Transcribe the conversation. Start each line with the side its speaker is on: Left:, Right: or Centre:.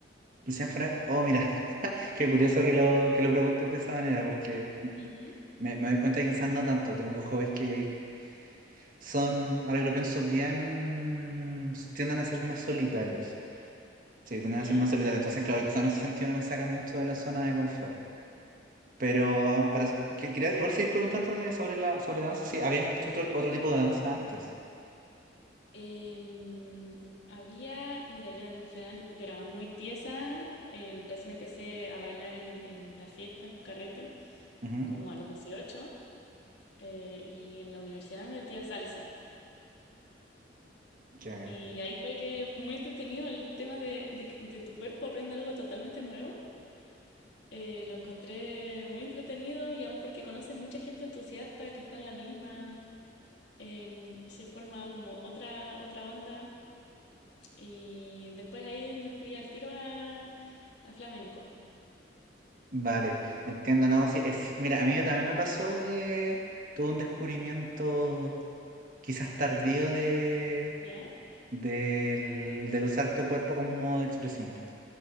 Right: Y siempre. Oh, mira, <laughs> qué curioso que lo, que lo preguntes de esa manera, porque
Left: Ujú.
Right: me, me doy cuenta que quizás no tanto. Tengo hobbies que son, ahora que lo pienso bien, tienden a ser más solitarios. Sí, tienden
Left: ¿Ya?
Right: a ser más solitarios. Entonces, claro, quizás en ese sentido no me sacan mucho de la zona de confort. Pero ah, para, que- quería igual seguir preguntándote sobre la sobre danza, si habías hecho otro, otro tipo de danza antes.
Left: Em, había, mira, yo en general yo era muy tiesa. en- recién empecé a bailar en, en la fiesta, en los carretes,
Right: Ujú,
Left: como a los 18 eh, y en la universidad me metí a salsa.
Right: Qué bacán.
Left: Y ahí fue que fue muy entretenido el tema de, de que- de tu cuerpo aprende algo totalmente nuevo. Eh, lo encontré muy entretenido y además porque conoces mucha gente entusiasta que está en la misma, en, se forma como otra, otra onda. Y después ahí me fui al tiro a, a flamenco.
Right: Vale, entiendo, no, sí, es, mira, a mí también me pasó que tuve un descubrimiento quizás tardío de,
Left: ¿Ya?
Right: del, del usar tu cuerpo como un modo de expresión. pues,